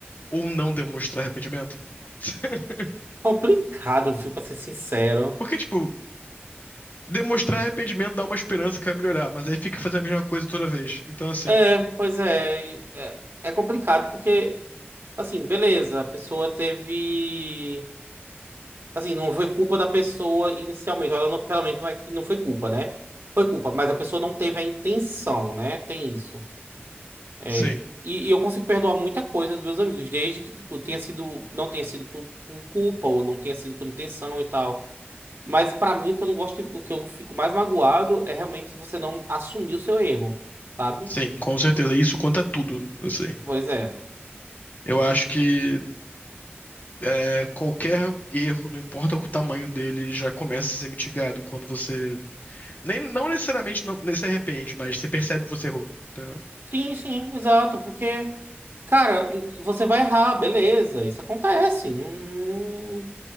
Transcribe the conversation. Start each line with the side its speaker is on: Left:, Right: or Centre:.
Left: ou não demonstrar arrependimento. <laughs>
Right: Complicado, viu, pra ser sincero.
Left: Porque, tipo, demonstrar arrependimento dá uma esperança que vai melhorar, mas aí fica fazendo a mesma coisa toda vez. Então, assim,
Right: É, pois é. É, é complicado porque, assim, beleza, a pessoa teve. Assim, não foi culpa da pessoa inicialmente. Ela não- pelo menos não é que não foi culpa, né? Foi culpa, mas a pessoa não teve a intenção, né? Tem isso. É,
Left: sim,
Right: e, e eu consigo perdoar muita coisa dos meus amigos, desde que, tipo, tenha sido, não tenha sido por, por culpa ou não tenha sido por intenção e tal. Mas pra mim, o que eu não gosto, o que eu fico mais magoado é realmente você não assumir o seu erro, sabe?
Left: sim, com certeza. Isso conta tudo, assim.
Right: Pois é.
Left: Eu acho que é, qualquer erro, não importa o tamanho dele, já começa a ser mitigado quando você. Nem, não necessariamente não, nem se arrepende, mas você percebe que você errou. Entendeu?
Right: Sim, sim, exato, porque, cara, você vai errar, beleza, isso acontece. Não,